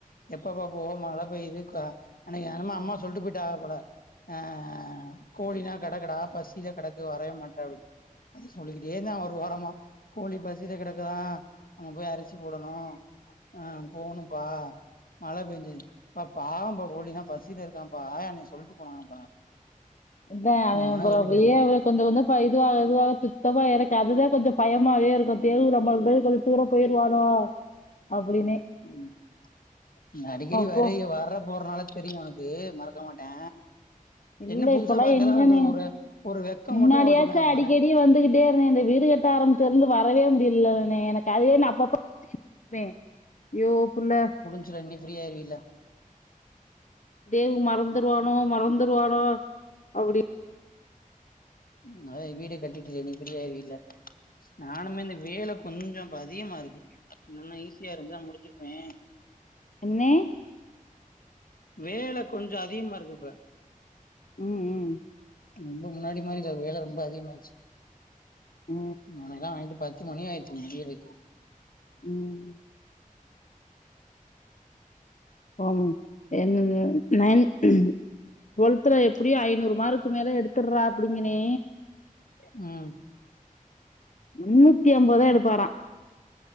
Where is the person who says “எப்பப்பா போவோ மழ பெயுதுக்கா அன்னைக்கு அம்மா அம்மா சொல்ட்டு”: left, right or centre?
Left